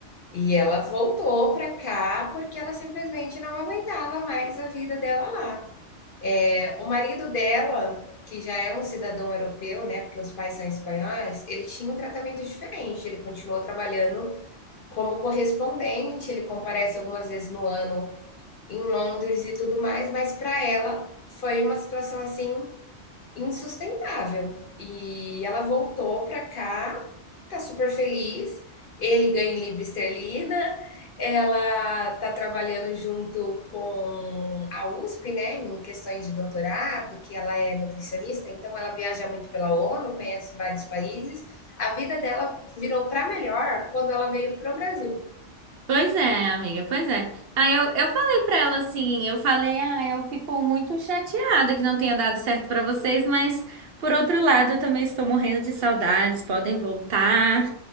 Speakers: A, on the left; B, on the right.
A: E ela voltou para cá porque ela simplesmente não aguentava mais a vida dela lá. O marido dela, que já é um cidadão europeu, né, porque os pais são espanhóis, ele tinha um tratamento diferente. Ele continuou trabalhando como correspondente, ele comparece algumas vezes no ano em Londres e tudo mais, mas para ela foi uma situação assim insustentável. E ela voltou para cá, tá super feliz. Ele ganha em libra esterlina, ela tá trabalhando junto com a USP, né, em questões de doutorado, que ela é nutricionista, então ela viaja muito pela ONU, conhece vários países. A vida dela virou para melhor quando ela veio pro Brasil.
B: Pois é, amiga, pois é. Aí eu, eu falei pra ela assim, eu falei, ah, eu fico muito chateada que não tenha dado certo pra vocês, mas por outro lado, eu também estou morrendo de saudades, podem voltar.